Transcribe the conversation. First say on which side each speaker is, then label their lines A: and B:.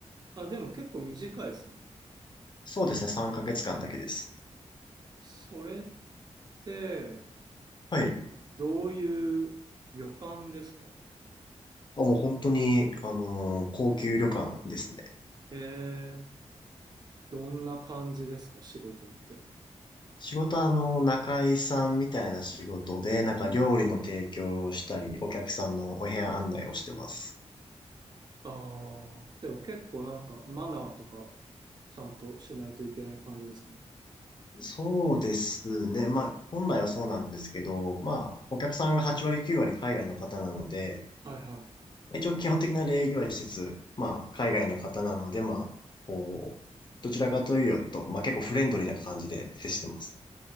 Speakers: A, on the right; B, on the left.
A: あ、でも結構短いですね。
B: そうですね、3ヶ月間だけです。
A: それって
B: はい。
A: どういう旅館ですか
B: あ、もう本当に、あの、高級旅館ですね。
A: えー、どんな感じですか仕事って。
B: 仕事は、あの、仲居さんみたいな仕事で、なんか料理の提供をしたり、お客さんのお部屋案内をしてます。
A: ああ、でも結構なんかマナーとかちゃんとしないといけない感じですかね。
B: そうですね。まあ、本来はそうなんですけど、まあ、お客さんが8割9割海外の方なので、
A: はいはい。
B: まあ、一応基本的な礼儀はしつつ、まあ、海外の方なので、まあ、こう、どちらかというと、まあ結構フレンドリーな感じで接してます。